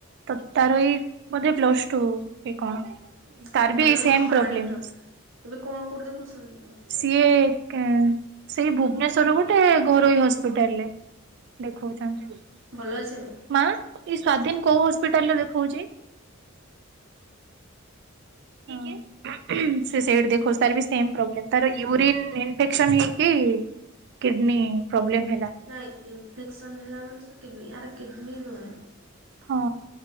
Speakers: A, on the right; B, on the right.
A: ତ ତାର ଏଇ ବୋଧେ ପ୍ଲସ୍ ଟୁ କି କଣ। ତାର
B: ଏଇମାନଙ୍କର
A: ବି ଏଇ ସେମ୍
B: ତ ପାଣି
A: ପ୍ରୋବ୍ଲେମ୍।
B: ପ୍ରୋବ୍ଲେମ୍ ଏବେ କଣ କୋଉଠି ଦେଖୁଛନ୍ତି ତ।
A: ସିଏ ଏକା ସେଇ ଭୁବନେଶ୍ଵରରେ ଗୋଟେ ଘରୋଇ ହସ୍ପିଟାଲରେ। ଦେଖଉଛନ୍ତି
B: ଭଲ ଅଛି ଏବେ?
A: ମା ଏଇ ସ୍ଵାଧୀନ କୋଉ ହସ୍ପିଟାଲ ରେ ଦେଖଉଛି? ହୁଁ। ସେ ସେଇଠି ଦେଖଉଛି ତାର ବି ସେମ୍ ପ୍ରୋବ୍ଲେମ୍ ତାର ୟୁରିନ୍ ଇନଫେକ୍ସନ୍ ହେଇକି କିଡନୀ ପ୍ରୋବ୍ଲେମ୍ ହେଲା।
B: ନାଇଁ ଇନଫେକ୍ସନ୍ ହେଲା ମାନେ ସେ କିଡନୀ ଆର କିଡନୀ ନୁହେଁ।
A: ହଁ